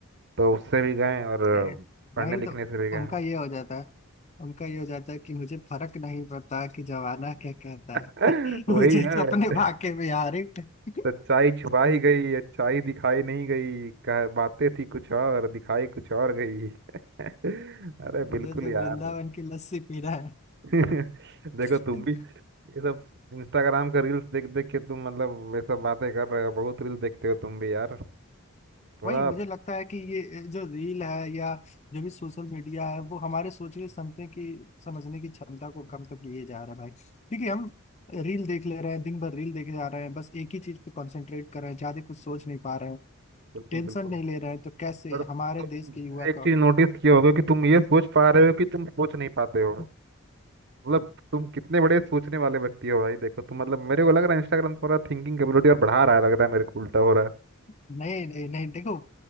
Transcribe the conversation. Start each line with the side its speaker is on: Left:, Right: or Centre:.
Right: तो उससे भी गए और अ,
Left: नहीं
Right: पढ़ने
Left: नहीं
Right: लिखने
Left: तो
Right: से भी गए
Left: उनका ये हो जाता है उनका ये हो जाता है कि मुझे फर्क नहीं पड़ता कि जमाना क्या कहता
Right: <laughs>
Left: है <laughs>
Right: वही
Left: मुझे
Right: है
Left: तो अपने भाग्य में यार लेकिन
Right: सच्चाई छुपा ही गई अच्छाई दिखाई नहीं गई कह बातें थी कुछ और दिखाई कुछ और गई <laughs> अरे
Left: मुझे
Right: बिल्कुल
Left: तो
Right: यार
Left: वृंदावन की लस्सी पीना है
Right: <laughs> देखो
Left: <laughs>
Right: तुम भी ये सब इंस्टाग्राम का रील्स देख देख के तुम मतलब ये सब बातें कर रहे हो बहुत रील्स देखते हो तुम भी यार थोड़ा
Left: वही मुझे लगता है कि ये जो रील है या जो भी सोशल मीडिया है वो हमारे सोचने क्षमता की समझने की क्षमता को कम तो किए जा रहा है भाई क्योंकि हम रील देख ले रहे हैं दिन भर रील देखे जा रहे हैं बस एक ही चीज पे कंसंट्रेट कर रहे हैं ज्यादा कुछ सोच नहीं पा रहे हैं
Right: बिल्कुल
Left: टेंशन
Right: बिल्कुल
Left: नहीं ले रहे हैं तो कैसे
Right: पर
Left: हमारे
Right: तुम
Left: देश के युवा
Right: एक
Left: का
Right: चीज नोटिस किए होगे कि तुम ये सोच पा रहे हो कि तुम सोच नहीं पाते हो
Left: <laughs>
Right: मतलब तुम कितने बड़े सोचने वाले व्यक्ति हो भाई देखो तुम मतलब मेरे को लग रहा है इंस्टाग्राम थोड़ा थिंकिंग कैपेबिलिटी और बढ़ा रहा है लग रहा है मेरे को उल्टा हो रहा है
Left: नहीं नहीं नहीं देखो